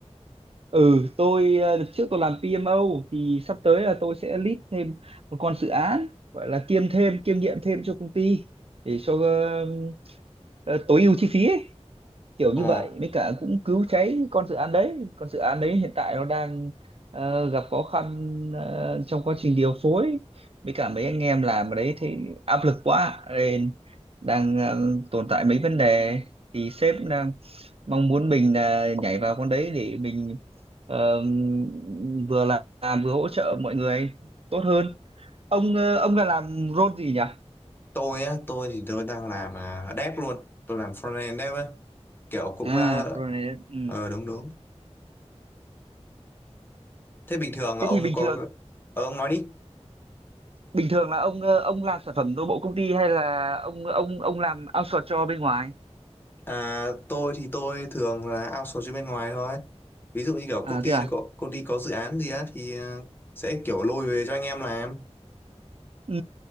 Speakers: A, on the right; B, on the left.
A: Ừ, tôi ờ, đợt trước tôi làm PMO thì sắp tới là tôi sẽ lead thêm một con dự án gọi là kiêm thêm kiêm nhiệm thêm cho công ty để cho ờ, ờ, tối ưu chi phí ấy kiểu
B: Ờ,
A: như vậy mới cả cũng cứu cháy con dự án đấy con dự án đấy hiện tại nó đang ờ, gặp khó khăn ờ, trong quá trình điều phối với cả mấy anh em làm ở đấy thì áp lực quá nên đang ờ, tồn tại mấy vấn đề thì sếp đang mong muốn mình là nhảy vào con đấy để mình ờ, vừa làm, làm vừa hỗ trợ mọi người tốt hơn ông ờ, ông là làm role gì nhỉ
B: tôi á, tôi thì tôi đang làm à, dev luôn, tôi làm frontend dev á, kiểu cũng
A: à
B: ờ
A: role này ừ.
B: ờ, đúng đúng. Thế bình thường ông
A: thế thì bình
B: có,
A: thường
B: ờ, ông nói đi.
A: bình thường là ông ờ, ông làm sản phẩm nội bộ công ty hay là ông ông ông làm outsource cho bên ngoài
B: À, tôi thì tôi thường là outsource cho bên ngoài thôi. Ví dụ như kiểu
A: à
B: công ty
A: thế à
B: nó có công ty có dự án gì á thì ờ, sẽ kiểu lôi về cho anh em làm.
A: ừ